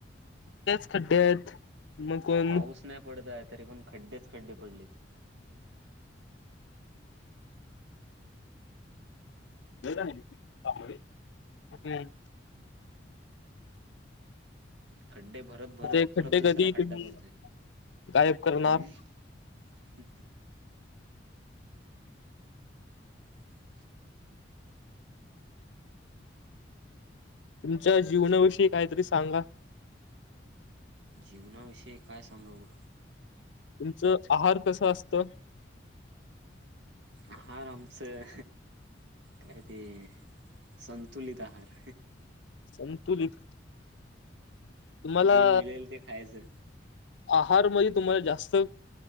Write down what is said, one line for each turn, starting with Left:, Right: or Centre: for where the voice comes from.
Left: खच खड्डे् आहेत. मग कोण
Right: पाऊस नाही पडताय. तरी पण खड्डेच खड्डे पडलेत.
Left: <unintelligible> हम्म.
Right: खड्डे भरत भरत
Left: ते खड्डे
Right: परत दुसरा
Left: कधी
Right: खड्डा
Left: तुम्ही
Right: पडतोय.
Left: गायब करणार
Right: हम्म? <unintelligible>
Left: तुमच्या जीवनाविषयी काहीतरी सांगा.
Right: जीवनाविषयी काय सांगावं?
Left: तुमचं आहार कसं असतं?
Right: आहार आमचं काय ते संतुलित आहार.
Left: संतुलित तुम्हाला
Right: जे मिळेल ते खायचं.
Left: आहार मइ तुम्हाला जास्त